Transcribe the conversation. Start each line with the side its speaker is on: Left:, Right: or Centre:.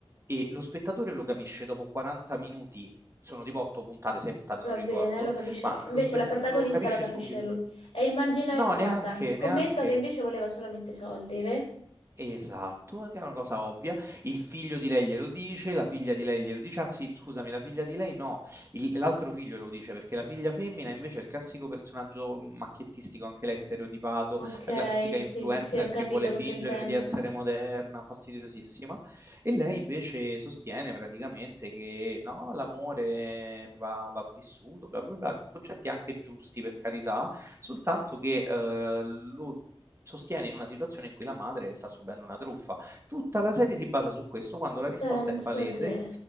Right: e lo spettatore lo capisce dopo 40 minuti, sono tipo 8 puntate, 6 puntate,
Left: Va
Right: non ricordo,
Left: bene, lo capisce.
Right: ma
Left: Invece
Right: lo, spe-
Left: la protagonista
Right: lo capisce
Left: lo capisce
Right: subito.
Left: lui. E immagina,
Right: No,
Left: guarda,
Right: neanche,
Left: scommetto
Right: neanche.
Left: che invece voleva solamente soldi, ve?
Right: Esatto, che è una cosa ovvia. Il figlio di lei glielo dice, la figlia di lei glielo dice, anzi, scusami, la figlia di lei no, il- l'altro figlio lo dice perché la figlia femmina invece è il classico personaggio macchiettistico, anche lei stereotipato,
Left: Ok,
Right: la classica influencer
Left: sì, sì, sì, ho capito
Right: che vuole fingere
Left: cosa intendi.
Right: di essere moderna, fastidiosissima. E lei invece sostiene praticamente che no, l'amore va, va vissuto, bla bla bla, concetti anche giusti per carità, soltanto che eh, lo sostiene in una situazione in cui la madre sta subendo una truffa. Tutta la serie si basa su questo quando la risposta
Left: Pensa
Right: è palese
Left: te.